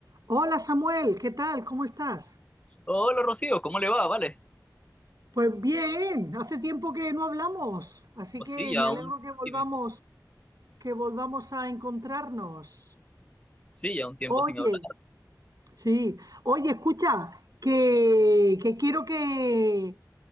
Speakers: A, on the right; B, on the left.
A: Hola Samuel, ¿qué tal? ¿Cómo estás?
B: Hola Rocío, ¿cómo le va? Vale.
A: Pues bien, hace tiempo que no hablamos, así
B: Pues
A: que
B: sí, ya
A: me alegro
B: un
A: que volvamos,
B: tiempo.
A: que volvamos a encontrarnos.
B: Sí, ya un tiempo
A: Oye,
B: sin hablar.
A: sí, oye, escucha, que, que quiero que,